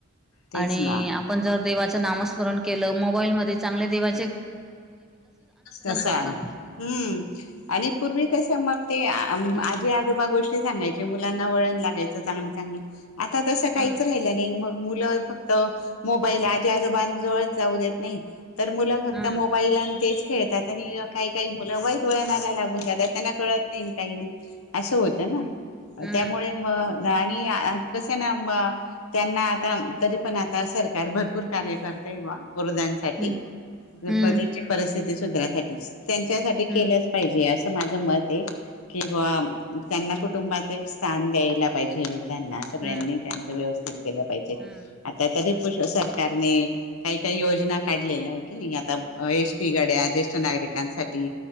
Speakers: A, on the left; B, in the centre.
A: तेच
B: आणि
A: ना.
B: आपण जर देवाचं नामस्मरण केलं मोबाईलमध्ये चांगल्या देवा
A: तसान
B: करता
A: हम्म, आणि पूर्वी कस मग ते आजी
B: हम्म
A: आजोबा गोष्टी सांगायचे मुलांना वळण लागायचं चांगलं चांगलं. आता तसं काहीच
B: हम्म
A: राहिलं नाही मग मुलं फक्त मोबाईल आजी आजोबान जवळ जाऊ देत नाही तर मुलं फ
B: हम्म
A: त मोबाईल आणि तेच खेळतात. आणि काही काही मुलं वाईट वळणाला लागून जातात त्यांना कळत नाही काही नाही. असं होत ना?
B: हम्म
A: त्यामुळे म आणि कसय ना? म त्यांना आता तरी पण आता सरकार भरपूर कार्य कर तय बा. वृद्धानसाठी
B: हम्म
A: <unintelligible>
B: हम्म हम्म
A: परिस्थिती सुधारायसाठी. त्यांच्यासाठी केलंच
B: हम्म
A: पाहिजे. असं माझ- मत आहे. कि बुवा त्यांना कुटुंबात एक स्थान द्यायला पाहिजे. त्याना. सगळ्यांनी
B: हम्म
A: त्यांच व्यवस्थित केल पाहिजे.
B: हम्म
A: आता <unintelligible>
B: हम्म
A: कारनी काही काही योजना काढलेल्या आहे की नाही? आता एसटी गाड्या ज्येष्ठ नागरिकांसाठी